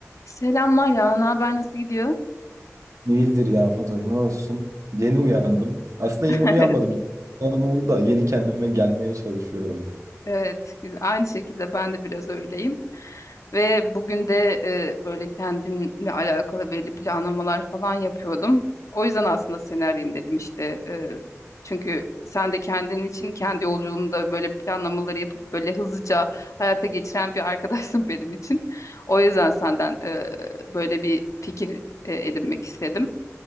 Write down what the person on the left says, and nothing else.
Selamlar ya, ne haber nasıl gidiyor?
<laughs>
Evet, güzel. Aynı şekilde ben de biraz öyleyim. Ve bugün de e, böyle kendimle alakalı belli planlamalar falan yapıyordum. O yüzden aslında seni arayayım dedim işte. E, çünkü sen de kendin için kendi yolculuğunda böyle planlamaları yapıp böyle hızlıca hayata geçiren bir arkadaşsın <laughs> benim için. O yüzden senden e, böyle bir fikir e, edinmek istedim.